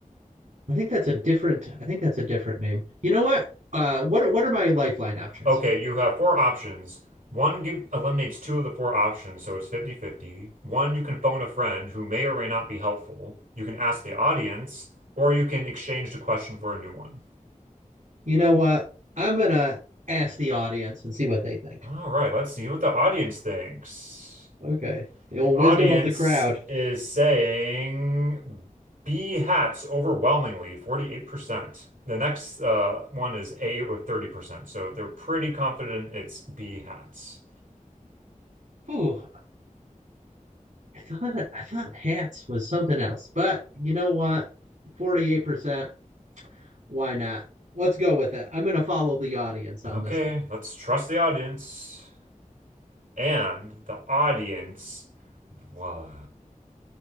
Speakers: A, on the right; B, on the right.
A: I think that's a different I think that's a different name. You know what? Uh what are, what are my lifeline options?
B: Okay, you have four options. One give, eliminates two of the four options, so it's fifty-fifty. One, you can phone a friend who may or may not be helpful. You can ask the audience, or you can exchange the question for a new one.
A: You know what? I'm gonna ask the audience and see what they think.
B: All right, let's see what the audience thinks.
A: Okay. The
B: The
A: old
B: audience
A: wisdom of the crowd.
B: is saying B hats overwhelmingly, 48%. The next uh, one is A with 30%, so they're pretty confident it's B hats.
A: Ooh, I thought I thought hats was something else, but you know what? Forty eight percent. Why not? Let's go with it. I'm gonna follow the audience
B: Okay,
A: on this one.
B: let's trust the audience. And the audience was